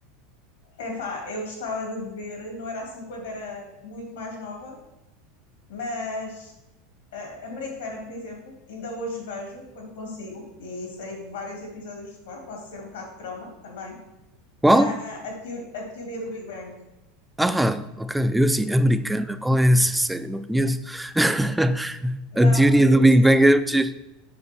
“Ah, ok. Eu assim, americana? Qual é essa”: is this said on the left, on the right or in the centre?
Centre